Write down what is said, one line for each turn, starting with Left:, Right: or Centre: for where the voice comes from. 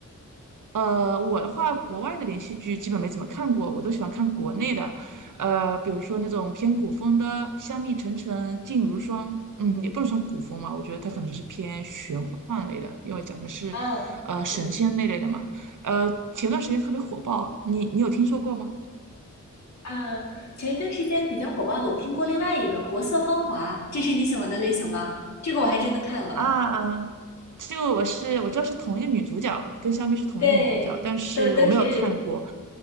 Right: 呃，我的话，国外的连续剧基本没怎么看过，我都喜欢看国内的，呃，比如说那种偏古风的《香蜜沉沉烬如霜》，嗯，也不能算古风嘛，我觉得它可能是偏玄幻类的，因为讲的是，
Left: 嗯，
Right: 呃，神仙那类的嘛。
Left: 对。
Right: 呃，前段时间特别火爆，你你有听说过吗？
Left: 啊，前一段时间比较火爆的，我听过另外一个《国色芳华》，这是你喜欢的类型吗？这个我还真的看了。
Right: 啊，这个我是我知道是同一个女主角，跟香蜜是同一个女主角，
Left: 对，
Right: 但是我没有看过，
Left: 都都是